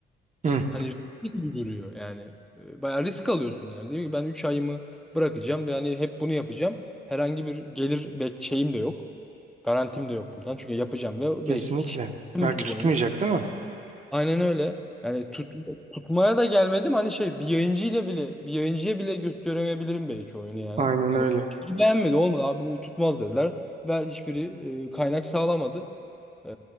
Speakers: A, on the right; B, in the centre.
A: Hı.
B: Hani riskli gibi duruyor yani. E, Bayağı risk alıyorsun yani. Diyor ki ben 3 ayımı bırakacağım ve hani hep bunu yapacağım. Herhangi bir gelir be- şeyim de yok. Garantim de yok buradan. Çünkü yapacağım ve
A: Kesinlikle.
B: belki kişi bu
A: Belki tutmayacak
B: oyunu.
A: değil mi?
B: Aynen öyle. Yani tut, tutmaya da gelmedim. Hani şey bir yayıncıyla bile bir yayıncıya bile gösteremeyebilirim belki oyunu yani.
A: Aynen
B: Hani
A: öyle.
B: hiç beğenmedi olmadı abi bu tutmaz dediler. Ve hiçbiri e, kaynak sağlamadı. Ee,